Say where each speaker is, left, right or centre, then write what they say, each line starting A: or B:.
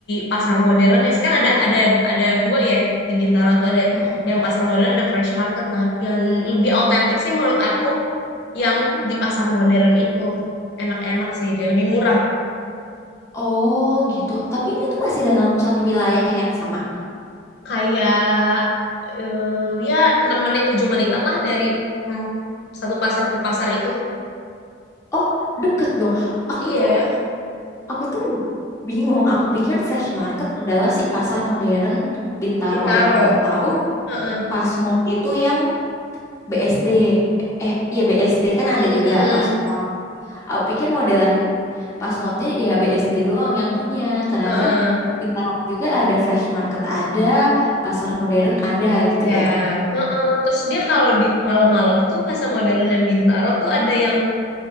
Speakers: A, on the left; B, on the left.
A: Pasar Modern ya. Kan ada ada ada dua ya di Bintaro tuh ada
B: Mm-mm.
A: yang Pasar Modern ada Fresh Market. Nah, yang lebih autentik sih menurut aku yang di Pasar Modern itu enak-enak sih dia lebih murah
B: Oh gitu. Tapi ini tuh masih dalam satu wilayah yang sama.
A: kayak eh, ya 6 menit 7 menitan lah dari mm, satu pasar ke pasar itu.
B: Oh, deket dong. Aku
A: Iya,
B: tuh aku tuh bingung. Aku pikir Fresh Market adalah si pasar modern Bintaro
A: Bintaro.
B: yang aku tahu.
A: Heeh.
B: Pasmod itu yang BSD. Eh, ya BSD kan ada
A: Mm,
B: juga
A: heeh.
B: Pasmod. Aku pikir modelan Pasmodnya ya BSD doang yang punya. Ternyata
A: Heeh.
B: Bintaro juga ada Fresh Market ada, pasar modern ada gitu
A: Ya,
B: ya.
A: heeh. Terus dia kalau di malam-malam tuh pasar modern dan Bintaro tuh ada yang